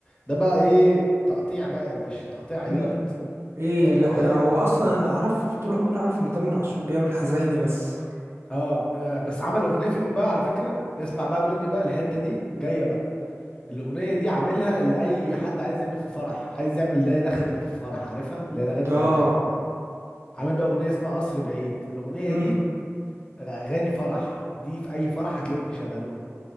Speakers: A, on the left; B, on the right.
A: ده بقى ايه تقطيع بقى يا باشا تقطيع عياط
B: امم ايه
A: تقعد
B: لا
A: تعيط
B: هو
A: من
B: اصلا
A: البوم
B: اللي اعرف طول عمري اعرف ان تامر عاشور بيعمل حزيني بس
A: اه بس عمل اغنيه فيهم بقى على فكره اسمع بقى مني بقى الحته دي جايه بقى الاغنيه دي عاملها لاي حد عايز يعمل في فرح عايز يعمل ده دخلة الفرح عارفها اللي هي الاغاني
B: اه
A: زي بتاعت عامل بقى اغنيه اسمها قصر بعيد الاغنيه
B: امم
A: دي اغاني فرح دي في اي فرح هتلاقيهم بيشغلوها